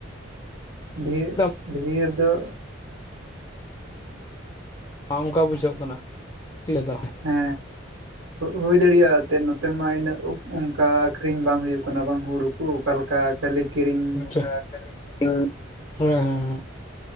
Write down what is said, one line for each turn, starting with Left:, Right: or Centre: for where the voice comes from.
Right: ᱰᱷᱮ-ᱰᱷᱮᱨ
Left: ᱫᱟᱢᱚᱜᱼᱟ
Right: ᱫᱚ᱾
Left: ᱟᱝ ᱚᱝᱠᱟ ᱵᱩᱡᱷᱟᱹᱜ ᱠᱟᱱᱟ ᱤᱭᱟᱹ ᱫᱚ᱾
Right: ᱦᱮᱸ ᱦᱳᱭ ᱫᱟᱲᱮᱭᱟᱜᱼᱟ ᱮᱱᱛᱮᱫ ᱱᱚᱛᱮ ᱢᱟ ᱤᱱᱟᱹᱜ ᱚᱝᱠᱟ ᱟᱹᱠᱷᱨᱤᱧ ᱵᱟᱝ ᱦᱳᱭᱳᱜ ᱠᱟᱱᱟ ᱵᱟᱝ ᱦᱳᱲᱳ ᱠᱩ ᱚᱠᱟᱞᱮᱠᱟ ᱠᱷᱟᱹᱞᱤ ᱠᱤᱨᱤᱧ
Left: ᱟ ᱠᱷᱟᱹᱞᱤ <unintelligible> ᱦᱮᱸ ᱦᱮᱸ ᱦᱮᱸ